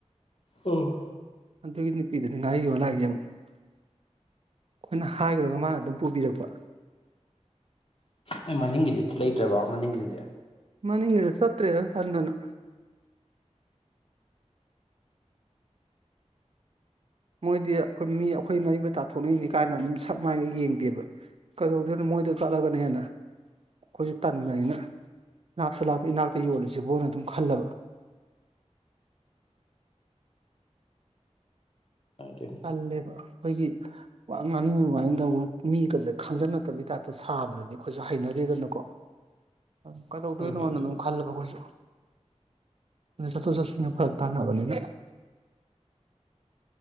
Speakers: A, on the left; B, on the right.
A: ꯎ
B: ꯑꯗꯨꯒꯤ ꯅꯨꯄꯤꯗꯨꯅꯤ ꯉꯥꯔꯤꯣ ꯂꯥꯛꯏꯒꯦ ꯑꯃꯨꯛ ꯑꯩꯈꯣꯏꯅ ꯍꯥꯏꯈ꯭ꯔꯒ ꯃꯥꯅ ꯑꯗꯨꯝ ꯄꯨꯕꯤꯔꯛꯄ
A: ꯑꯩ ꯃꯅꯤꯡꯒꯤꯗꯤ ꯑꯝꯇ ꯂꯩꯇ꯭ꯔꯕ ꯃꯅꯤꯡꯒꯤꯗꯨꯗꯤ
B: ꯃꯥꯅꯤꯡ ꯉꯗꯨ ꯆꯠꯇꯦꯗ ꯊꯟꯗꯅ ꯃꯣꯏꯗꯤ ꯑꯩꯈꯣꯏ ꯃꯤ ꯑꯩꯈꯣꯏ ꯃꯔꯤ ꯃꯇꯥ ꯊꯣꯛꯅꯏꯅꯤ ꯀꯥꯏꯅ ꯑꯗꯨꯝ ꯁꯞ ꯃꯅꯒ ꯌꯦꯡꯗꯦꯕ ꯀꯩꯗꯧꯗꯣꯏꯅꯣ ꯃꯣꯏꯗ ꯆꯠꯂꯒꯅ ꯍꯦꯟꯅ ꯑꯩꯈꯣꯏꯁꯨ ꯇꯟꯕꯅꯤꯅ ꯂꯥꯞꯁꯨ ꯂꯥꯞꯄ ꯏꯅꯥꯛꯇ ꯌꯣꯜꯂꯤꯁꯤꯦ ꯕꯣꯟꯅ ꯑꯗꯨꯝ ꯈꯜꯂꯕ
A: ꯑꯗꯨꯅꯤ
B: ꯇꯜꯂꯦꯕ ꯑꯩꯈꯣꯏꯒꯤ ꯋꯥ ꯉꯥꯡꯅꯤꯡꯉꯤ ꯉꯥꯡꯅꯤꯡꯗꯕ ꯃꯤꯒꯁꯦ ꯈꯪꯖꯟꯅꯠꯇꯕꯒꯤ ꯇꯥꯏꯞꯇ ꯁꯥꯕꯗꯗꯤ ꯑꯩꯈꯣꯏꯁꯨ ꯍꯩꯅꯗꯦꯗꯅꯀꯣ ꯑꯗꯨꯝ ꯀꯩꯗꯧꯗꯣꯏꯅꯣꯅ
A: ꯍꯣꯏꯅꯦ ꯑꯗꯨꯕꯨꯗꯤ
B: ꯑꯗꯨꯝ ꯈꯜꯂꯕ ꯑꯩꯈꯣꯏꯁꯨ ꯑꯗꯩ ꯆꯠꯊꯣꯛ ꯆꯠꯁꯤꯟꯒ ꯐꯔꯛ ꯇꯥꯟꯅꯕꯅꯤꯅ